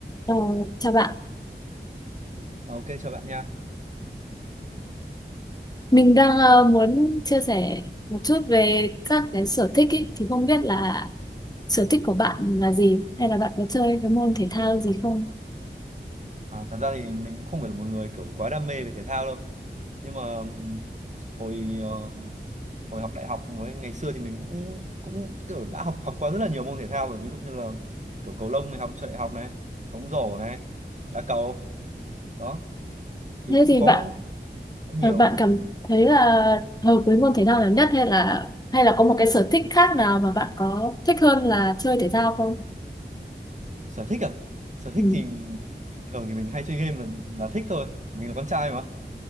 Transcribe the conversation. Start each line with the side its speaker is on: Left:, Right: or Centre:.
Left: Ờ, chào bạn.
Right: Ok chào bạn nha.
Left: Mình đang ờ, muốn chia sẻ một chút về các cái sở thích ý. Thì không biết là sở thích của bạn là gì hay là bạn có chơi cái môn thể thao gì không?
Right: À, thật ra thì mình cũng không phải là một người kiểu quá đam mê về thể thao đâu. Nhưng mà ừm, hồi ờ, hồi học đại học với ngày xưa thì mình cũng cũng kiểu đã học học qua rất là nhiều môn thể thao rồi, ví dụ như là kiểu cầu lông này học cho đại học này, bóng rổ này, đá cầu đó thì
Left: Thế
Right: cũng
Left: thì
Right: có
Left: bạn
Right: khá nhiều
Left: ờ, bạn cảm thấy là hợp với môn thể thao nào nhất hay là hay là có một cái sở thích khác nào mà bạn có thích hơn là chơi thể thao không?
Right: sở thích à. Sở thích
Left: Ừ.
Right: thì bình thường thì mình hay chơi game là là thích thôi, mình là con trai mà.